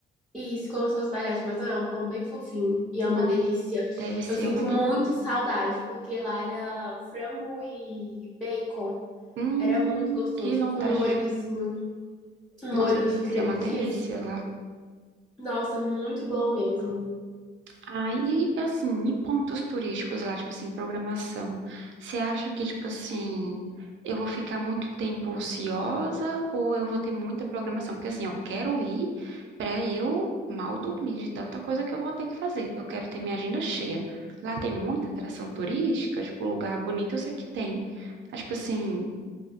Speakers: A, in the centre; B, on the right.
A: Isso, como se fosse baguete, mas não é, é um pão bem fofinho. E
B: Nossa,
A: é uma delícia.
B: deve ser
A: Eu sinto
B: uma
A: muito
B: delícia.
A: saudade, porque lá era frango e bacon.
B: Hum,
A: Era muito gostoso,
B: que vontade
A: com um molhozinho
B: de...
A: Um
B: Nossa,
A: molho
B: deve
A: de creme
B: ser uma delícia
A: cheese.
B: lá.
A: Nossa, muito bom mesmo.
B: Ah, e assim, e pontos turísticos lá, tipo assim, programação. Você acha que, tipo assim, eu vou ficar muito tempo ociosa ou eu vou ter muita programação? Porque assim, eu quero ir pra eu mal dormir de tanta coisa que eu vou ter que fazer. Eu quero ter minha agenda cheia. Lá tem muita atração turística, tipo, lugar bonito eu sei que tem. Mas, tipo assim,